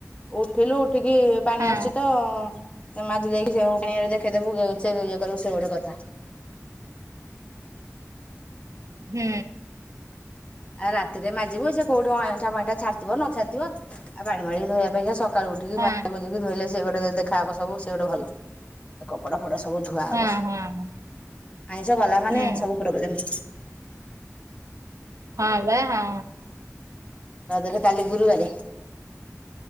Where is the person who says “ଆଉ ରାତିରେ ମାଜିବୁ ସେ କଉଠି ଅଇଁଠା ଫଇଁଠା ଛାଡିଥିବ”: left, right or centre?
Left